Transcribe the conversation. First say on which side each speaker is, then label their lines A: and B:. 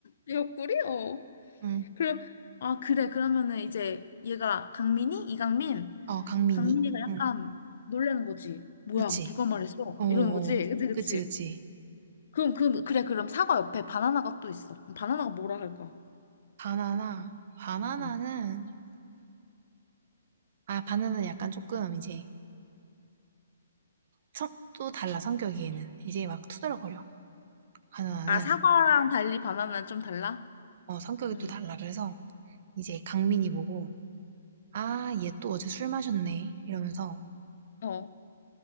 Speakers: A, on the left; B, on the right.
A: 내 옆구리? 어.
B: 응.
A: 그래, 아, 그래. 그러면은 이제 얘가 강민이? 이강민?
B: 어 강민이.
A: 강민이가 약간
B: 응.
A: 놀라는 거지. 뭐야,
B: 그치?
A: 누가 말했어?
B: 어 어.
A: 이러는 거지. 그치, 그치.
B: 그치 그치.
A: 그럼, 그, 그래. 그럼 사과 옆에 바나나가 또 있어. 그럼 바나나가 뭐라 할까?
B: 바나나 바나나는
A: 음.
B: 아 바나나는 약간 조금 이제 성, 또 달라 성격이 얘는 이제 막 투덜거려 가누나는
A: 아, 사과랑 달리 바나나는 좀 달라?
B: 어, 성격이
A: 응.
B: 또 달라 그래서 이제 강민이 보고 아 얘 또 어제 술 마셨네 이러면서
A: 어.